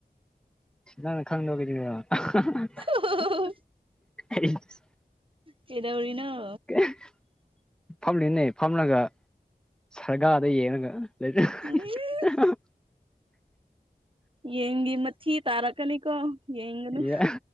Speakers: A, in the centre; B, on the right.
A: ꯅꯪꯅ ꯈꯪꯗꯕꯒꯤ <unintelligible>
B: <unintelligible>
A: <unintelligible>
B: ꯀꯩꯗꯧꯔꯤꯅꯣ
A: <unintelligible> ꯐꯝꯂꯤꯅꯦ ꯐꯝꯂꯒ ꯁꯔꯒꯥꯥꯔꯗ ꯌꯦꯡꯉꯒ ꯂꯩ
B: <unintelligible>
A: <unintelligible>
B: ꯌꯦꯟꯒꯤ ꯃꯥꯊꯤ ꯇꯥꯔꯛꯀꯅꯤꯀꯣ ꯌꯦꯡꯒꯅꯨ
A: ꯑꯦ